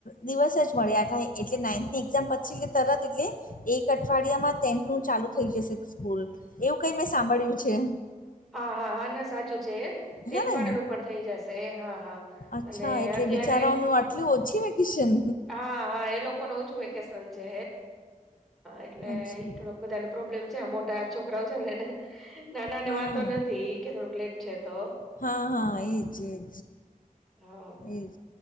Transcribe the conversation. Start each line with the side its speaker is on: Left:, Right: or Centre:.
Left: દિવસ જ મળે, આ એટલે નાઇન્થની એક્ઝામ પછી એટલે તરત એટલે. એક અઠવાડિયામાં ટેન્થનું ચાલુ થઈ જશે સ્કૂલ, એવું કઈ મેં સાંભળ્યું છે.
Centre: હા, હા, હા, ના સાચું છે, ટેન્થ
Left: હે ને
Centre: વાળાનું પણ થઈ જશે. હા, હા,
Left: અચ્છા
Centre: અને
Left: એટલે
Centre: અત્યારે
Left: બિચારાઓનું આટલું ઓછી વેકેશન
Centre: હા હા, એ લોક કોનુ ઓછું વેકેશન છે, એટલે
Left: અચ્છા
Centre: ઈ થોડોક બધાને પ્રોબ્લેમ છે, મોટા છોકરાઓ છેને, ને નાના ને
Left: હા
Centre: વાંધો નથી કે, થોડુક લેટ છે તો.
Left: હા, હા, એજ, એજ
Centre: હા
Left: એજ.